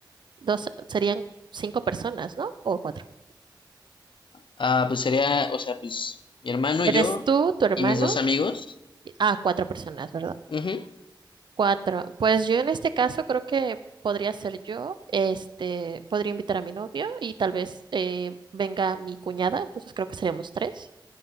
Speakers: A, on the right; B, on the left.
A: dos, serían cinco personas, ¿no? O cuatro.
B: Ah, pues sería, o sea, pues mi hermano,
A: Eres
B: yo
A: tú, tu hermano.
B: y mis dos amigos.
A: Ah, cuatro personas, ¿verdad?
B: Ujú,
A: Cuatro. Pues yo en este caso creo que podría ser yo, este, podría invitar a mi novio y tal vez eh, venga mi cuñada, entonces creo que seríamos tres.